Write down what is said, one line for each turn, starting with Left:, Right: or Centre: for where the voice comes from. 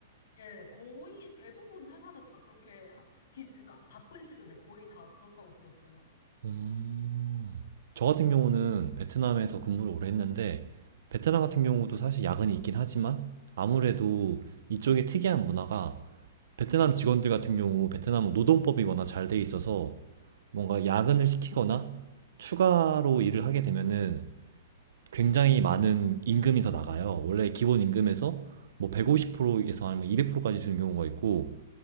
Left: 예, 거의 대부분 회사는 다 그렇게 하, 비, 그러니까 바쁜 시즌에 거의 다 그렇다고 들었어요.
Right: 음. 저 같은 경우는 베트남에서 근무를 오래 했는데, 베트남 같은 경우도 사실 야근이 있긴 하지만, 아무래도 이쪽의 특이한 문화가, 베트남 직원들 같은 경우, 베트남은 노동법이 워낙 잘 돼 있어서, 뭔가 야근을 시키거나, 추가로 일을 하게 되면은, 굉장히 많은 임금이 더 나가요. 원래 기본 임금에서 뭐 150%에서 아니면 200%까지 주는 경우가 있고,